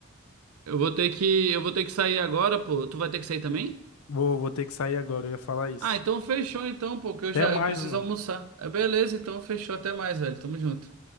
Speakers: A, on the right; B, on the left.
A: eu vou ter que, eu vou ter que sair agora, pô. Tu vai ter que sair também?
B: vou, vou ter que sair agora, eu ia falar isso.
A: Ah, então fechou então, pô, que eu
B: Até
A: já,
B: mais,
A: eu preciso
B: mano.
A: almoçar. É beleza, então fechou, até mais, velho. Tamo junto.